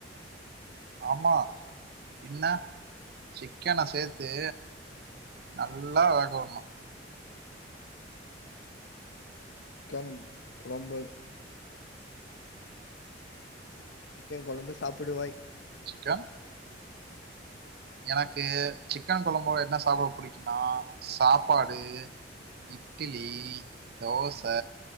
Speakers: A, on the right (about 55°); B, on the left (about 80°).
A: ஆமா பின்ன சிக்கன சேத்து நல்லா வேக வுட்ணு
B: சிக்கன் கொழம்பு சிக்கன் கொழம்பு சாப்பிடுவாய்
A: சிக்கன் எனக்கு சிக்கன் கொழம்போடு என்ன சாப்ட புடிக்குனா சாப்பாடு இட்டிலி தோச